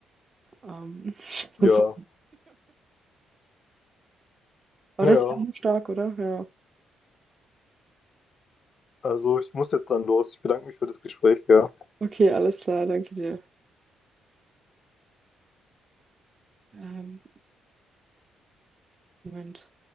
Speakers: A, on the right; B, on the left.
A: Ähm,
B: Ja,
A: <laughs> so. Aber
B: naja.
A: das ist auch stark, oder? Ja.
B: Also ich muss jetzt dann los. Ich bedanke mich für das Gespräch, ja.
A: Okay, alles klar, danke dir. Ähm, Moment.